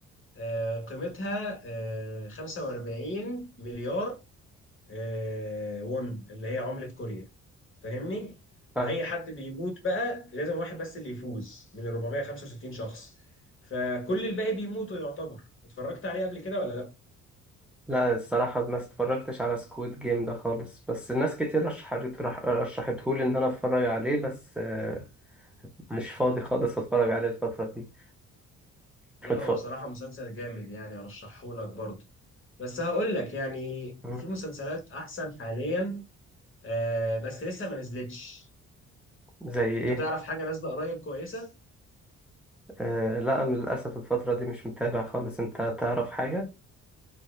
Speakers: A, on the left; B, in the centre.
A: آه، قيمتها آه، 45 مليار آه، وون اللي هي عملة كوريا فاهمني؟ وأي
B: مم.
A: حد بيموت بقى لازم واحد بس اللي يفوز من ال 465 شخص فكل الباقي بيموتوا يعتبر اتفرجت عليه قبل كده ولا
B: لا الصراحة ما اتفرجتش على سكويد جيم ده خالص بس ناس كتير رشحت رح- رشحتهولي إن أنا أتفرج عليه بس آه، مش فاضي خالص أتفرج عليه الفترة دي
A: لا
B: اتف-
A: هو بصراحة مسلسل جامد يعني أرشحه لك برضه بس هقول لك يعني
B: مم.
A: في مسلسلات أحسن حاليا آه بس لسه ما نزلتش
B: زي إيه؟
A: أنت تعرف حاجة نازلة قريب كويسة؟
B: آه، لا للأسف الفترة دي مش متابع خالص أنت تعرف حاجة؟